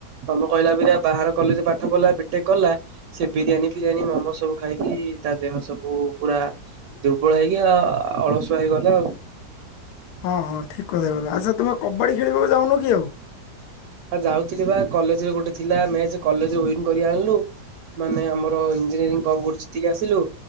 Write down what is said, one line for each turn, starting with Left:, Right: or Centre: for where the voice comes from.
Right: ତମେ କହିଲା ପରିକା ବାହାର କଲେଜରେ ପାଠ ପଢିଲା ବିଟେକ୍ କଲା। ସେ ବିରିୟାନୀ ଫିରିୟାନୀ ମୋମୋ ସବୁ ଖାଇକି ତା ଦେହ ସବୁ ପୁରା ଦୁର୍ବଳ ହେଇକି ଆ ଅଳସୁଆ ହେଇଗଲା ଆଉ।
Left: ହଁ ହଁ ଠିକ୍ କଥା କହିଲ ଆଚ୍ଛା ତମେ କବାଡ଼ି ଖେଳିବାକୁ ଯାଉନ କି ଆଉ?
Right: ଆ ଯାଉଥିଲିପା କଲେଜରେ ଗୋଟେ ଥିଲା ମଯେ କଲେଜରେ ଉଇନ୍ କରି ଆଣିଲୁ। ମାନେ ଆମର ଇଞ୍ଜିନିୟରି କ କରୁତିକି ଆସିଲୁ